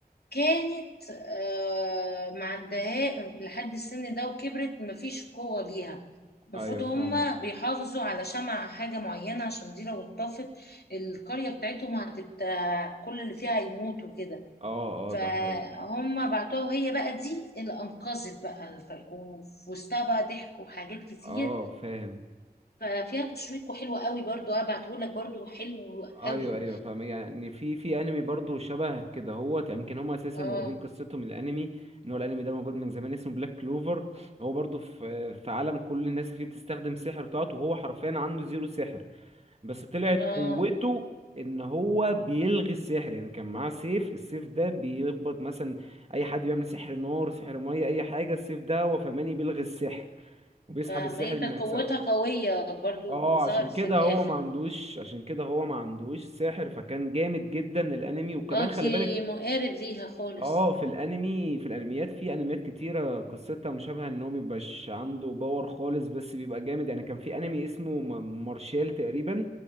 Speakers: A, on the left; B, on the right.
A: كانت آه، ما عندها لحد السن ده وكبرت مفيش قوة ليها المفروض
B: ايوه
A: هما
B: فاهمك
A: بيحافظوا على شمع حاجة معينة عشان دي لو انطفت القرية بتاعتهم هتت كل اللي فيها هيموتوا كده
B: اه
A: فهم
B: اه ده حقيقي
A: بعتوها وهي بقى دي اللي أنقذت بقى الفريق وفي وسطها بقى ضحك وحاجات كتير
B: اه فاهم
A: ففيها تشويق وحلو قوي برضو هبعته لك برضو حلو
B: ايوه
A: قوي
B: ايوه فاهم يعني في في انمي برضو شبه كده هو يمكن هم اساسا
A: اه
B: واخدين قصتهم من الانمي ان هو الانمي ده موجود من زمان اسمه بلاك كلوفر هو برضو في في عالم كل الناس فيه بتستخدم سحر بتاعته وهو حرفيا عنده زيرو سحر بس طلعت
A: اه
B: قوته ان هو بيلغي السحر يعني كان معاه سيف السيف ده بيخبط مثلا اي حد بيعمل سحر نار سحر ميه اي حاجه السيف ده هو فماني بيلغي السحر وبيسحب
A: فما
B: السحر
A: هي كانت
B: من اجسامه
A: قوتها قوية برضو
B: اه
A: ظهرت
B: عشان كده
A: في الآخر
B: هو ما عندوش عشان كده هو ما عندوش سحر فكان جامد جدا الانمي وكمان
A: اه دي
B: خلي بالك
A: مقارب ليها خالص
B: اه في الانمي في الانميات في انميات كتيره قصتها مشابهه ان هو مبيبقاش عنده باور خالص بس بيبقى جامد يعني كان في انمي اسمه م- مارشال تقريبا